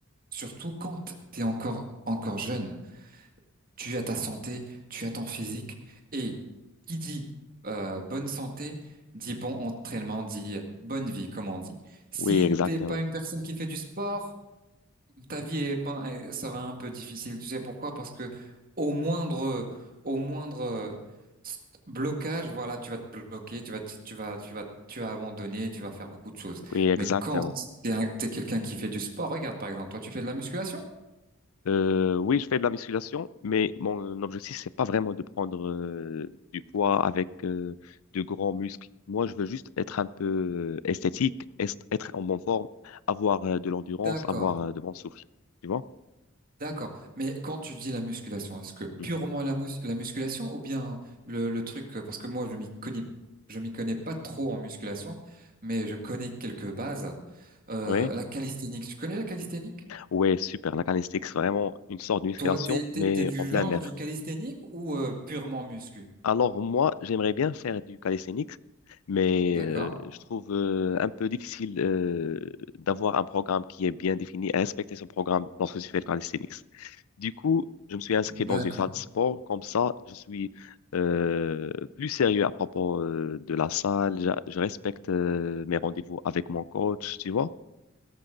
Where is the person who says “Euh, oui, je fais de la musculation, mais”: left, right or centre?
Left